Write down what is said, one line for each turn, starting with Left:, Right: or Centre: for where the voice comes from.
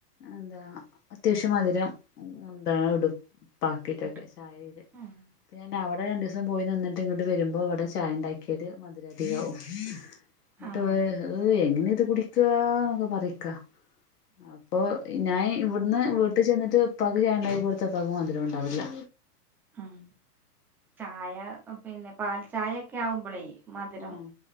Left: എന്താ അത്യാവ്ശ്യം മധുരം ഉന്ത ഇടുപ്പാക്കിറ്റ്ക്കെ
Centre: കിട്ടും.
Left: ചായേല്
Centre: ആഹ്
Left: പ്പ ഞാൻ അവടെ രണ്ടുസം പോയിനിന്നിട്ട് ഇങ്ങട്ട് വരുമ്പോവ്ടെ ചായണ്ടാക്കിയത് മധുരതികാവും ന്നട്ട്
Centre: ആഹ്
Left: വേ ഏ എങ്ങനെ ഇത് കുടിക്കാന്നൊക്കെ പറിക്കാ അപ്പൊ ഞാൻ ഇവിട്ന്ന് വീട്ടിചെന്നിട്ട് ഇപ്പാക്ക് ചായണ്ടാക്കികൊടുത്ത ഇപ്പാക്ക് മധുരുണ്ടാവല
Centre: ആഹ് ചായ പിന്നെ പാൽചായക്കെ ആവുമ്പളേ മധുരം
Left: ആഹ്